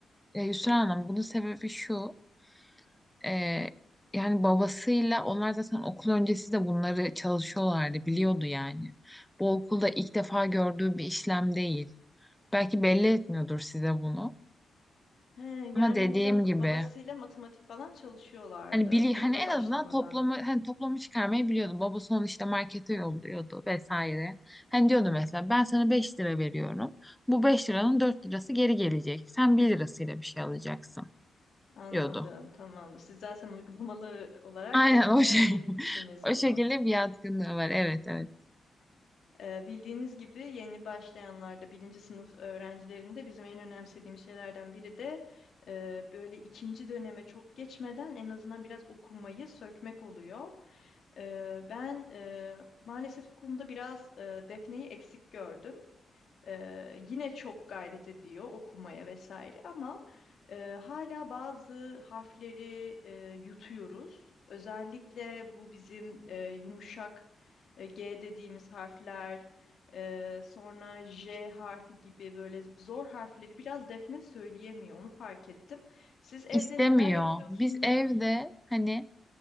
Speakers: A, in the centre; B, on the left.
A: E, Yusra Hanım bunun sebebi şu. e, yani babasıyla onlar zaten okul öncesi de bunları çalışıyorlardı. Biliyordu yani. Bu okulda ilk defa gördüğü bir işlem değil. Belki belli etmiyordur size bunu.
B: He, yani
A: Ama dediğim
B: önceden ba-
A: gibi
B: babasıyla matematik falan çalışıyorlardı
A: Hani bili hani
B: okula
A: en
B: başlamadan.
A: azından toplamı hani toplamı çıkarmayı biliyordum. Babası onu işte markete yolluyordu vesaire. Hani diyordu mesela ben sana 5 lira veriyorum. Bu 5 liranın 4 lirası geri gelecek. Sen bir lirasıyla bir şey alacaksın
B: Anladım,
A: diyordu.
B: tamamdır. Siz zaten uygulamalı olarak
A: Aynen
B: Defne'ye
A: o şey. <laughs>
B: öğretmişsiniz
A: O
B: bunu.
A: şekilde bir yatkınlığı var. Evet evet.
B: Ee, bildiğiniz gibi yeni başlayanlarda, birinci sınıf öğrencilerinde bizim en önemsediğimiz şeylerden biri de e, böyle ikinci döneme çok geçmeden en azından biraz okumayı sökmek oluyor. Ee, ben e, maalesef bu konuda biraz e, Defne'yi eksik gördüm. Eee, yine çok gayret ediyor okumaya vesaire ama eee, hala bazı harfleri eee, yutuyoruz. Özellikle bu bizim eee, yumuşak eee, G dediğimiz harfler, eee, sonra J harfi gibi böyle zor harfleri biraz Defne söyleyemiyor. Onu fark ettim. Siz evde
A: İstemiyor.
B: neler yapıyorsunuz?
A: Biz evde hani